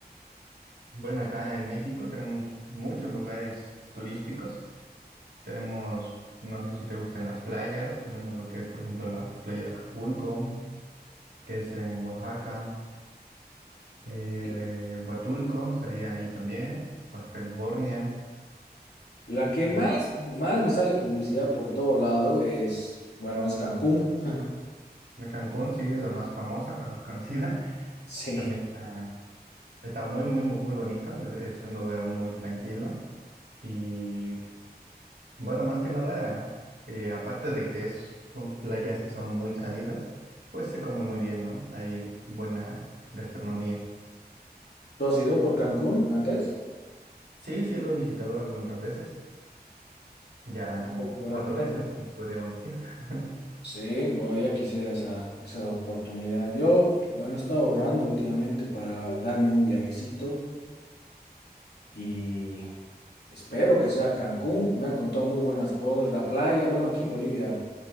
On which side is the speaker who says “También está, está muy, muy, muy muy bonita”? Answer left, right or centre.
Right